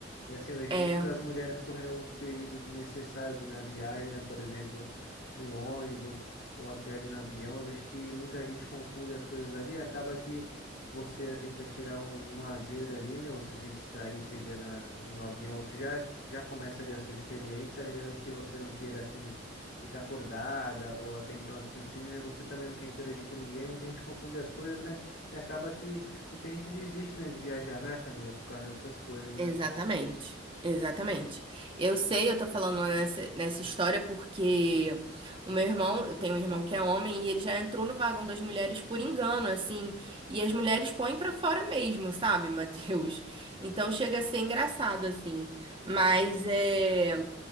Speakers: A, on the left; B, on the right.
A: E assim, eu vejo
B: É,
A: muito das mulheres correndo alguns perigos desnecessários ali na viagem, né? Por exemplo, no ônibus ou até ali no avião. Eu vejo que muita gente confunde as coisas ali, e acaba que você tenta tirar um, um lazer ali, né? Você se distrair, seja na- na- no, no avião, você já, já começa ali a sua experiência, né? Mesmo que você não queira, assim, ficar acordada ou até então assistir um filme, né? Você também não quer interagir com ninguém, muita gente confunde as coisas, né? E acaba que muita gente desiste, né, de viajar, não é, Camila? Por causa dessas coisas, né?
B: Exatamente, exatamente. Eu sei, eu tô falando nessa, nessa história porque o meu irmão, eu tenho um irmão que é homem e ele já entrou no vagão das mulheres por engano, assim, e as mulheres põem pra fora mesmo, sabe, <laughs> Matheus? Então chega a ser engraçado, assim. Mas é,